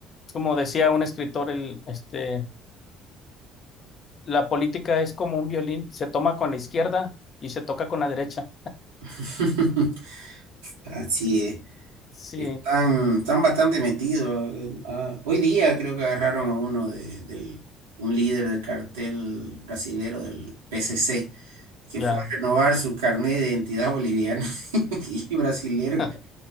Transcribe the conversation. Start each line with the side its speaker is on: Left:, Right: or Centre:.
Left: como decía un escritor, el, este, la política es como un violín, se toma con la izquierda y se toca con la derecha.
Right: <laughs> Así
Left: Sí,
Right: es.
Left: sí,
Right: Están, están bastante metidos. eh, ah, hoy día creo que agarraron a uno de, del- un líder del cartel brasilero del PCC, que
Left: ya,
Right: fue a renovar su carnet de identidad boliviana <laughs> y brasilero.
Left: <laughs>